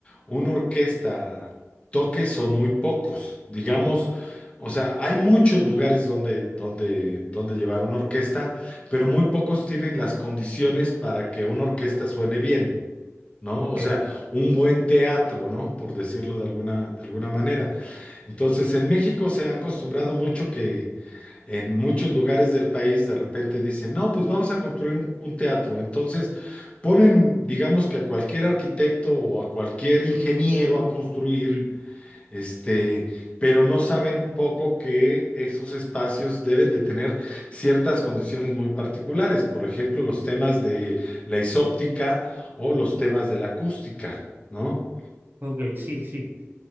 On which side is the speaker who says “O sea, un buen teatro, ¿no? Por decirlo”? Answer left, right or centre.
Left